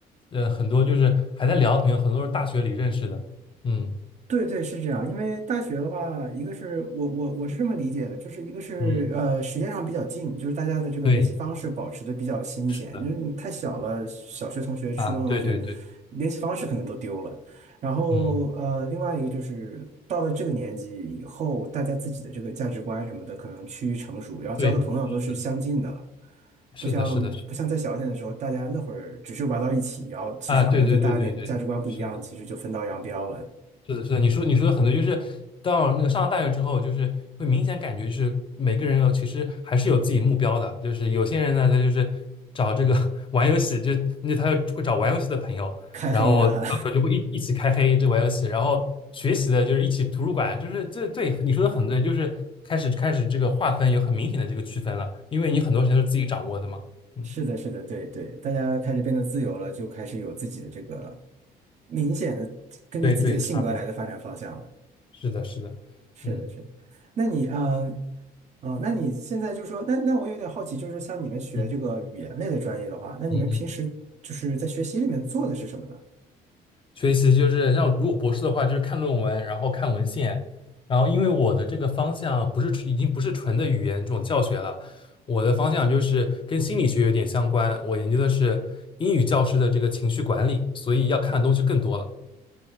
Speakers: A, on the left (about 30°); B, on the right (about 45°).
A: 呃，很多就是还在聊的朋友，很多是大学里认识的。嗯
B: 对对，是这样。因为大学的话，一个是我我我是这么理解的，就是一个是呃时间上比较近，
A: 嗯，
B: 就是大家的这个联系方式保持的比较新鲜。
A: 对，是的。
B: 因为你太小了，小学同学、初中同学
A: 啊，对对对。
B: 联系方式可能都丢了。然后呃，
A: 嗯，
B: 另外一个就是到了这个年纪以后，大家自己的这个价值观什么的可能趋于成熟，然后交的朋友都是相近的了。
A: 对，是的，是的，
B: 不像不像再小一点的时候，
A: 是的，
B: 大家那会儿只是玩到一起，然后其实可能再大一点，
A: 啊，对对对对对，
B: 价值观不一样，
A: 是的，
B: 其实就分道扬镳了，
A: 是的，是的，你说你说的很多，就是到那个上了大学之后，就是会明显感觉就是每个人有其实还是有自己目标的，就是有些人呢，他就是找这个 <laughs> 玩游戏，就那他就会找玩游戏的朋友，
B: 开黑的。
A: 然后到时候就会一一起开黑这玩游戏，
B: <laughs> 哈。
A: 然后学习的就是一起图书馆，就是这对你说的很对，就是开始开始这个划分有很明显的这个区分了，因为你很多时间都是自己掌握的嘛，嗯，
B: 是的，是的，对对，大家开始变得自由了，就开始有自己的这个明显的根据自己的性格来的发展方向了。
A: 对对，差别。是的，是的，
B: 是的，
A: 嗯
B: 是的。那你，嗯，哦，那你现在就说，那那我有点好奇，就是像你们学这个语言类的专业的话，
A: 嗯
B: 那你们平时就是在学习里面做的是什么呢？
A: 嗯嗯，所以其实就是像如果博士的话，就是看论文，然后看文献，然后因为我的这个方向不是纯已经不是纯的语言这种教学了，我的方向就是跟心理学有点相关，我研究的是英语教师的这个情绪管理，所以要看的东西更多了。